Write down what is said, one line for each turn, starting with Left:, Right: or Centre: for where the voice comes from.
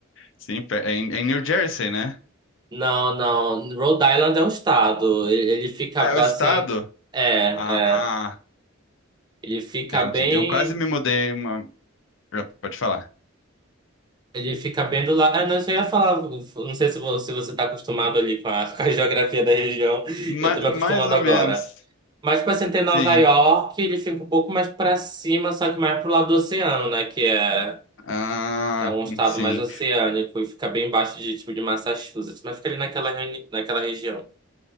Left: Sim, pe- é em, é em New Jersey, né?
Right: Não, não. Rhode Island é um estado. Ele, ele fica
Left: Ah, é o estado?
Right: assim. É,
Left: Ah,
Right: é. Ele fica
Left: entendi.
Right: bem.
Left: Eu quase me mudei uma... Já pode falar.
Right: Ele fica bem do lado. Ah, não, isso eu ia falar. Não sei se vo- se você está acostumado ali com a, <laughs> com a geografia da região.
Left: Ma-
Right: Eu estou me
Left: mais
Right: acostumando
Left: ou
Right: agora.
Left: menos.
Right: Mas, tipo assim, tem Nova
Left: Sim.
Right: York, ele fica um pouco mais para cima, só que mais pro lado do oceano, né? Que é,
Left: Ah,
Right: é um estado
Left: sim.
Right: mais oceânico e fica bem embaixo de, tipo, de Massachusetts. Mas fica ali naquela, reuni- naquela região.